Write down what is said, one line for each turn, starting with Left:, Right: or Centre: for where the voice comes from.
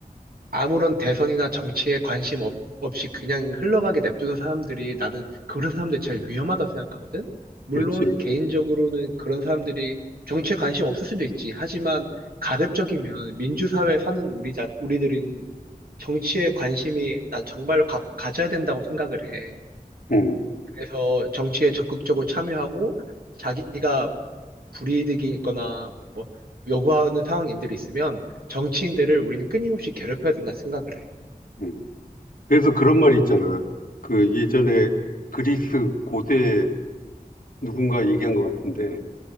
Right: 아무런 대선이나 정치에 관심 없, 없이 그냥 흘러가게 냅두는 사람들이 나는 그런 사람들 제일 위험하다고 생각하거든? 물론
Left: 그렇지.
Right: 개인적으로는 그런 사람들이 정치에 관심 없을 수도 있지. 하지만 가급적이면 민주사회에 사는 우리자, 우리들은 정치에 관심이 난 정말로 가, 가져야 된다고 생각을 해.
Left: 음,
Right: 그래서 정치에 적극적으로 참여하고 자기가 불이익이 있거나 뭐 요구하는 상황인들이 있으면 정치인들을 우리는 끊임없이 괴롭혀야 된다 생각을 해.
Left: 음. 그래서 그런 말이 있잖아. 그 예전에 그리스 고대 누군가 얘기한 것 같은데